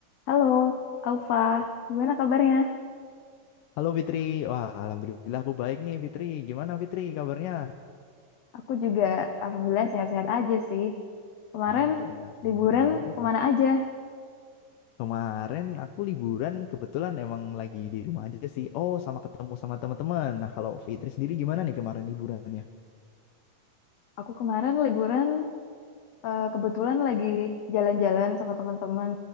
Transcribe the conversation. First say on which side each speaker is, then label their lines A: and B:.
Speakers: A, on the left; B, on the left.
A: Halo, Aufa. Gimana kabarnya?
B: Halo Fitri, wah alhamdulillah aku baik nih Fitri. Gimana Fitri kabarnya?
A: Aku juga alhamdulillah sehat-sehat aja sih. Kemarin
B: Alhamdulillah sebenarnya.
A: liburan
B: Mm-mm.
A: kemana aja?
B: Kemarin aku liburan kebetulan emang lagi di rumah aja sih. Oh, sama ketemu sama teman-teman. Nah, kalau Fitri sendiri gimana nih kemarin liburannya?
A: Aku kemarin liburan eh, kebetulan lagi jalan-jalan sama teman-teman.